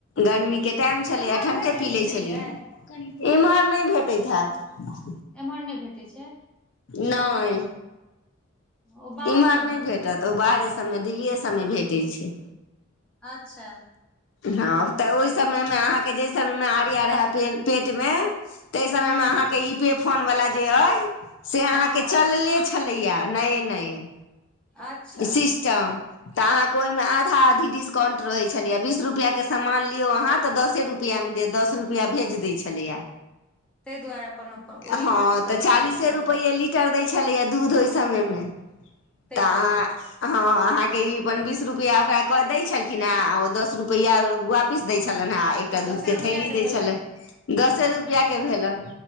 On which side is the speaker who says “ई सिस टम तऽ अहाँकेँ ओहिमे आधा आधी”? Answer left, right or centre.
Left